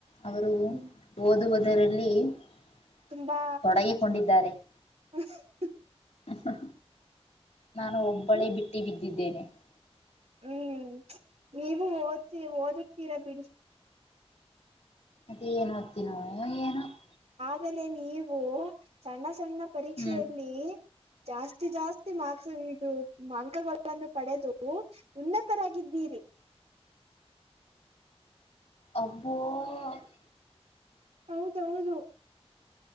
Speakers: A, on the left; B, on the right.
A: ಅವರು
B: ಹ್ಮ್
A: ಓದುವುದರಲ್ಲಿ? <inaudible>
B: ತುಂಬಾ
A: ತೊಡಗಿಕೊಂಡಿದ್ದಾರೆ? <inaudible>
B: <unintelligible> <inaudible>
A: ಹಾಅ, ನಾನು, ಒಬ್ಬಳೇ
B: ನಿಮ್
A: ಬಿಟ್ಟು ಬಿದ್ದಿದ್ದೇನೆ? <inaudible>
B: ಹ್ಮ್, ನೀವು, ಓದ್ತಿ ಓದಿಡ್ತೀರಾ ಬಿಡಿ? <inaudible>
A: ಅದು ಏನು ಓದ್ತೀನೋ ಏನು? <inaudible>
B: ಆಮೇಲೆ, ನೀವು, ಸಣ್ಣ, ಸಣ್ಣ, ಪರೀಕ್ಷೆಯಲ್ಲಿ
A: ಹ್ಮ್.
B: ಜಾಸ್ತಿ? <inaudible> ಇಷ್ಟು, ಜಾಸ್ತಿ, ಮಾರ್ಕ್ಸ್ ಇದು? <inaudible> ಮಾಂಕಲ್ಗಳನ್ನು, ಪಡೆದು ಉನ್ನತರಾಗಿದ್ದೀರಿ? <inaudible>
A: ಅಬ್ಬೋ? <inaudible>
B: ಹೌದೌದು? <inaudible>